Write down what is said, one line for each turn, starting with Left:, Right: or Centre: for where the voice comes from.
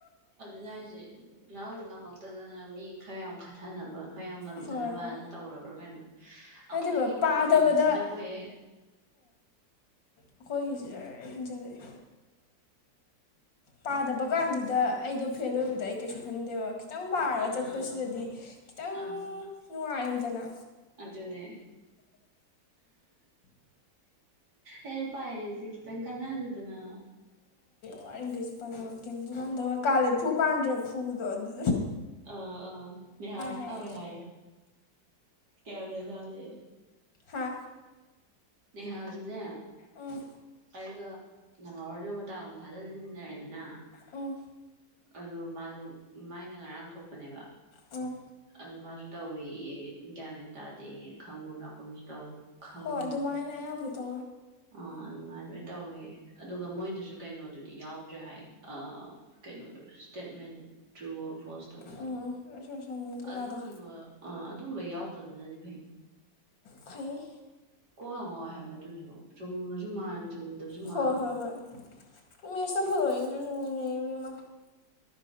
Right: ꯑꯗꯨꯅ ꯍꯥꯏꯁꯦ ꯐꯤꯍꯥꯎ ꯉꯝꯃꯛꯇꯗꯅ ꯃꯤ ꯈꯔ ꯌꯥꯝ ꯈꯠꯊꯅꯕ ꯈꯔ ꯌꯥꯝ ꯉꯝꯗꯅꯕꯅ
Left: ꯍꯣꯏ ꯍꯣꯏ
Right: ꯇꯧꯔꯕ꯭ꯔꯥ ꯀꯩꯅꯣ ꯑꯩꯈꯣꯏꯒꯤ
Left: ꯅꯠꯇꯦꯕ
Right: ꯄꯥꯜꯂꯤꯁꯤꯅꯕꯨꯍ
Left: ꯄꯥꯗꯕꯗ ꯑꯩꯈꯣꯏꯒꯤꯁꯤ ꯂ ꯍꯦꯟꯖꯜꯂꯛꯑꯦ ꯄꯥꯗꯕ ꯀꯥꯟꯗꯨꯗ ꯑꯩꯗꯣ ꯐꯦꯜ ꯑꯣꯏꯕꯗ ꯑꯩ ꯀꯩꯁꯨ ꯈꯟꯗꯦꯕ ꯈꯤꯇꯪ ꯄꯥꯔꯒ
Right: ꯑꯥ
Left: ꯆꯠꯄꯁꯤꯗꯗꯤ
Right: ꯑꯥ
Left: ꯈꯤꯇꯪ
Right: ꯑꯥ
Left: ꯅ ꯌꯣꯖꯅꯥ
Right: ꯑꯗꯨꯅꯦ ꯑꯦꯅ ꯄꯥꯏꯖꯤ ꯇꯪ ꯀꯥꯏꯅꯍꯜꯂꯗꯅ
Left: ꯋꯥꯔꯤꯡꯈꯩꯁꯨ ꯄꯖꯕ ꯀꯁꯨ ꯉꯝꯊꯕ ꯀꯥꯜꯂꯦ ꯐꯨ ꯀꯥꯟꯗ꯭ꯔꯦ ꯐꯨꯗꯣ ꯑꯗꯨ
Right: ꯑ ꯑꯥ ꯃ ꯌꯥꯔꯗꯋ
Left: ꯍꯥꯏꯕ
Right: ꯍꯥꯏꯌꯦ ꯀꯦꯃꯦ ꯂꯗ
Left: ꯍꯥ
Right: ꯅꯦꯍꯥꯁꯨꯅꯦ
Left: ꯎꯝ
Right: ꯑꯩꯒ ꯅꯪꯍꯧꯔꯣꯏꯗ ꯑꯃꯥꯛ ꯑꯃꯨ ꯊꯥꯖꯤꯂꯃꯤꯟꯅꯔꯦꯗꯅ
Left: ꯎꯝ
Right: ꯑ ꯃꯥꯁꯨ ꯃꯥꯏꯅ ꯉꯔꯥꯡ ꯊꯣꯛꯄꯅꯦꯕ
Left: ꯑ
Right: ꯑꯗꯣ ꯃꯥꯁꯨ ꯇꯧꯋꯤꯌꯦ ꯒꯌꯥꯃꯦꯟ ꯇꯥꯔꯗꯤ ꯈꯪꯒꯨꯝ ꯂꯥꯛꯀꯨꯝꯁꯨ ꯇꯧ ꯈꯪ
Left: ꯍꯣ ꯑꯗꯨꯃꯥꯏꯅ ꯑꯌꯥꯝꯕ ꯇꯣ
Right: ꯑꯥ ꯑꯗꯨꯃꯥꯏꯅ ꯑꯗꯨꯃꯥꯏꯅ ꯇꯧꯋꯦ ꯑꯗꯨꯒ ꯃꯣꯏ ꯑꯗꯨꯁꯨ ꯀꯩꯅꯣ ꯑꯗꯨꯗꯤ ꯌꯥꯎꯗ꯭ꯔꯦ ꯍꯥꯏ ꯀꯩꯅꯣꯗꯣ ꯁꯇꯦꯠꯃꯦꯟ ꯊ꯭ꯔꯨ ꯐꯣꯁ ꯇꯧꯕꯩꯗ
Left: ꯎꯝ ꯎꯝ ꯁꯣꯏꯁꯟ ꯀꯩꯀꯥꯗꯣ
Right: ꯑꯗꯨꯝꯕ ꯑꯗꯨꯝꯕ ꯌꯥꯎꯗꯕꯗꯨꯅꯗꯤ ꯐꯩ
Left: ꯐꯩ
Right: ꯀꯣꯏ ꯉꯥꯎ ꯍꯥꯏꯕ ꯑꯗꯨꯗꯣ ꯆꯨꯝꯕꯁꯨ ꯃꯥꯟ ꯆꯨꯝꯗꯕꯁꯨ ꯃꯥꯟ
Left: ꯍꯣꯏ ꯍꯣꯏ ꯍꯣꯏ ꯃꯦꯠꯁꯇ ꯐꯣꯂꯣꯋꯤꯡꯗꯨꯁꯨꯅꯤꯅꯦ <unintelligible>